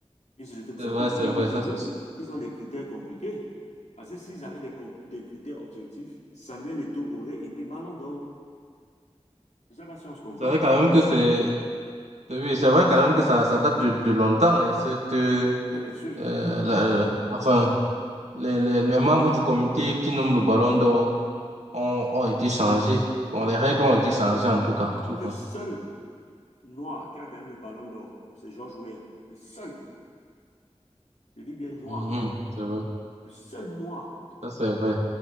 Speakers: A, on the left; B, on the right.
A: Ils- C'est pour
B: C'est
A: ça
B: vrai,
A: que tu
B: c'est
A: dis
B: vrai,
A: qu'ils
B: ça
A: ont,
B: c'est
A: oui,
B: sûr.
A: ils ont des critères compliqués. Parce que s'ils avaient des, com- des critères objectifs, Samuel Eto'o aurait été ballon d'or. Je ne sais pas si on se comprend.
B: C'est vrai quand même que c'est, oui, c'est vrai quand même que ça, ça date de, de longtemps, et cette, euh,
A: Mais bien sûr,
B: la- la- enfin, les, les, les membres du comité qui nomment le Ballon d'Or ont, ont été changés. Bon, les règles ont été changées en tout cas, tu vois.
A: le seul noir qui a gagné le ballon d'or, c'est George Weah. Le seul, je dis bien noir,
B: Mhm, c'est vrai,
A: le seul noir.
B: ça c'est vrai.